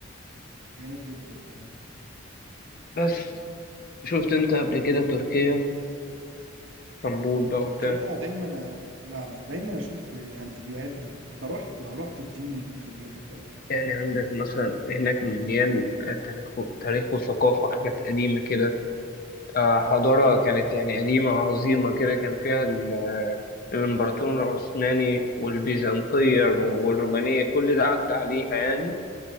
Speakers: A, on the right (about 65°); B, on the left (about 45°).
A: جامد جدا والله
B: بس شفت انت قبل كده تركيا اسطنبول بقى
A: تركيا
B: وبتاع
A: دايما لا لا دايما اشوف يعني فيديوهات ليها انت رحت لو رحت اديني خبرتك والله
B: يعني عندك مثلا هناك مليان آه، تاريخ تاريخ وثقافة حاجات قديمة كده آه، حضارة كانت يعني قديمة عظيمة كده كان فيها ال- الإمبراطور العثماني والبيزنطية والرومانية كل ده عدى عليها يعني